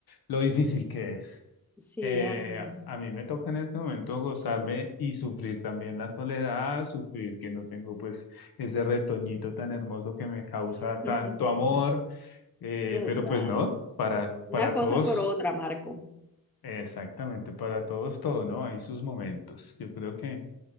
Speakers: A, on the left; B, in the centre.
A: lo difícil que es.
B: Sí,
A: Eh,
B: así
A: a mí me toca en este momento gozarme y sufrir también la soledad, sufrir que no tengo pues ese retoñito tan hermoso que me causa
B: es.
A: tanto amor,
B: <laughs>
A: eh,
B: Total.
A: pero pues no, para,
B: Una
A: para
B: cosa
A: todos,
B: por otra, Marco.
A: exactamente, para todos todo, ¿no? Hay sus momentos. Yo creo que